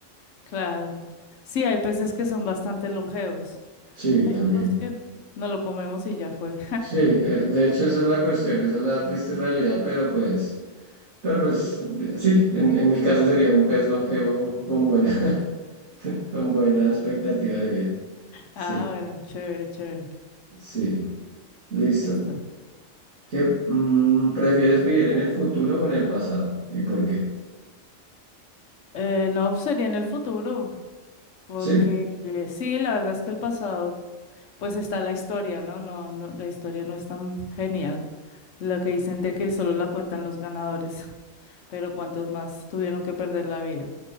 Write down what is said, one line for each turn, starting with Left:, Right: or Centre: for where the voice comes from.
Left: Claro. Sí, hay peces que son bastante longevos.
Right: Sí,
Left: Hay
Right: también.
Left: otros que no lo comemos y ya fue.
Right: Sí, eh, de hecho esa es la cuestión, esa es la triste realidad, pero pues, pero pues
Left: <laughs> Sí.
Right: eh, sí, en, en mi caso sería un pez longevo con buena, <laughs> con buena expectativa de vida. Sí,
Left: Ah, bueno, chévere, chévere.
Right: sí, listo.
Left: Listo.
Right: ¿Qué mm, prefieres vivir en el futuro o en el pasado? ¿Y por qué?
Left: Eh, no, sería en el futuro, porque
Right: Sí,
Left: eh, sí, la verdad es que el pasado pues está la historia, ¿no? No, no, la historia no es tan genial. Lo que dicen de que solo la cuentan los ganadores, pero cuántos más tuvieron que perder la vida.